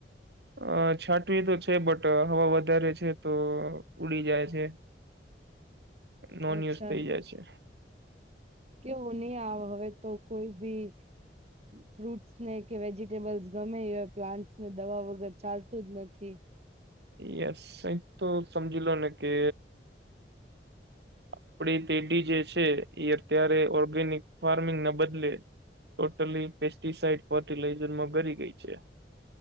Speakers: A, on the right; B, on the right.
A: અ છાટવી તો છે બટ હવા વધારે છે તો ઉડી જાય છે
B: <inaudible>
A: નોન
B: અચ્છા
A: યુઝ થઇ જાય છે
B: કેવું નહી આવે હવે તો કોઈ બી ફ્રૂટ્સ ને કે વેજીિટેબલ્સ ગમે એ હોય પ્લાન્ટસ ને દવા વગર ચાલતું જ નથી
A: યસ અ તો સમજી લો ને કે આપડી પેઢી જે છે એ અત્યારે ઓર્ગેનિક ફાર્મિંગ ના બદલે ટોટલી પેસ્ટિસાઈડ ફર્ટિલાઈઝરમાં ઘરી ગઈ છે